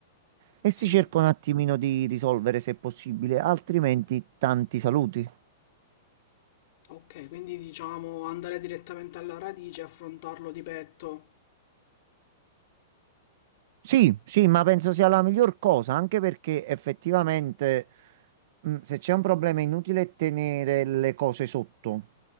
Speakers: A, on the right; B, on the left.
A: e si
B: sì.
A: cerca un attimino di risolvere se possibile, altrimenti tanti saluti.
B: Ok, quindi diciamo andare direttamente alla radice e affrontarlo di petto.
A: Sì, sì, ma penso sia la miglior cosa, anche perché effettivamente mh, se c'è un problema è inutile tenere le cose sotto,